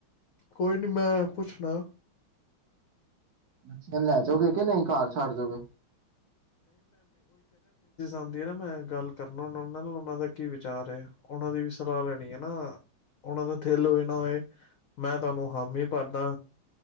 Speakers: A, on the left; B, on the right.
A: ਕੋਈ ਨੀ ਮੈਂ ਪੁੱਛਣਾ।
B: ਬੱਚੀਆਂ ਨੂੰ ਲੈ ਜਾਓਗੇ ਕੇ ਨਹੀਂ? ਘਰ ਛੱਡ ਜੋਗੇ?
A: ਆਂਦੀ ਹੇ ਨਾ ਮੈਂ ਗੱਲ ਕਰਨਾ ਉਹਨਾਂ ਨਾਲ, ਉਹਨਾਂ ਦਾ ਕੀ ਵਿਚਾਰ ਏ? ਉਹਨਾਂ ਦੀ ਵੀ ਸਲਾਹ ਲੈਣੀ ਹੈ ਨਾ, ਉਹਨਾਂ ਦਾ ਦਿਲ ਹੋਏ ਨਾ ਹੋਏ, ਮੈਂ ਤੁਹਾਨੂੰ ਹਾਮ ਹੀ ਭਰਦਾ।